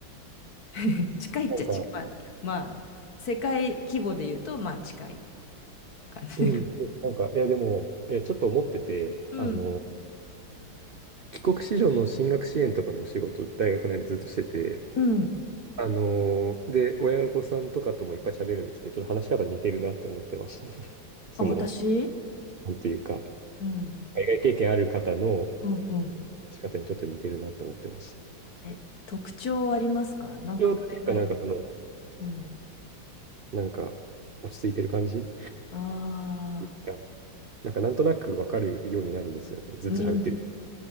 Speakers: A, on the left (about 55°); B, on the right (about 70°).
A: <laughs> 近いっちゃ近い。
B: なんか、
A: まあ、世界規模で言うと、まあ、近い感じ。
B: うん、
A: <laughs>
B: なんか、いや、でも、え、ちょっと思ってて、
A: うん。
B: あの、帰国子女の進学支援とかのお仕事、大学内でずっとしてて、
A: うん
B: あのーで、親御さんとかともいっぱい喋るんですけど、ちょっと話し方似てるなって思ってました。<laughs> その、
A: あ、私
B: なんというか、
A: うん、
B: 海外経験ある方の
A: うん、うん。
B: 話し方にちょっと似てるなと思ってました。
A: え、特徴ありますかなんか海外。
B: 今日っていうか、なんかその、
A: うん。
B: なんか、落ち着いてる感じっ
A: ああ、
B: ていうか、なんかなんとなくわかるようになるんですよね。ずっと喋ってるっ
A: うん、